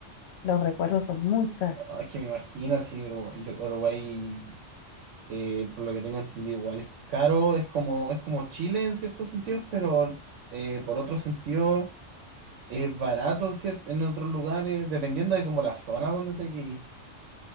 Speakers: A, on the left; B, on the right.
A: los recuerdos son muy caros.
B: Ah, Es que me imagino si Uruguay, Uruguay eh, por lo que tengo entendido, igual es caro, es como, es como Chile en ciertos sentidos, pero eh, por otro sentido es barato en, cier- en otros lugares, dependiendo de como la zona donde te quedes.